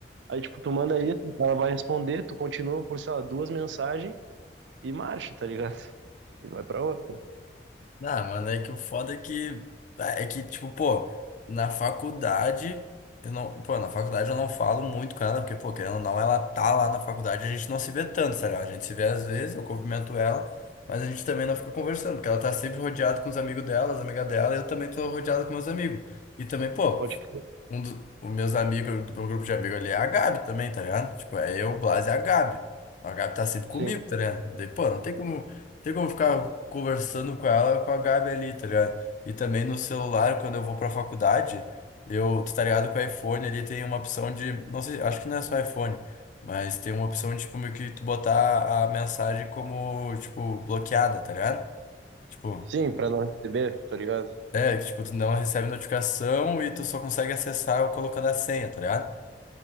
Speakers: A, on the right; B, on the left.
A: Aí, tipo, tu manda isso, ela vai responder, tu continua por, sei lá, duas mensagens e marcha, tá ligado? E vai pra outra.
B: Ah, mano, é que o foda é que. É que, tipo, pô, na faculdade. Eu não, pô, na faculdade eu não falo muito com ela, porque, pô, querendo ou não, ela tá lá na faculdade, a gente não se vê tanto, sabe? A gente se vê às vezes, eu cumprimento ela, mas a gente também não fica conversando, porque ela tá sempre rodeada com os amigos dela, as amigas dela, e eu também tô rodeado com meus amigos. E também, pô,
A: Pode crer.
B: um dos meus amigos, do meu grupo de amigos ali é a Gabi também, tá ligado? Tipo, é eu, o Blas e a Gabi. A Gabi tá sempre comigo,
A: Sim.
B: tá ligado? Daí, pô, não tem como. Tem como ficar conversando com ela, com a Gabi ali, tá ligado? E também no celular, quando eu vou pra faculdade, eu, tu tá ligado, com o iPhone ali tem uma opção de, não sei, acho que não é só iPhone, mas tem uma opção de, tipo, meio que tu botar a mensagem como, tipo, bloqueada, tá ligado? Tipo,
A: Sim, pra não receber, tá ligado?
B: é, que, tipo, tu não recebe notificação e tu só consegue acessar colocando a senha, tá ligado?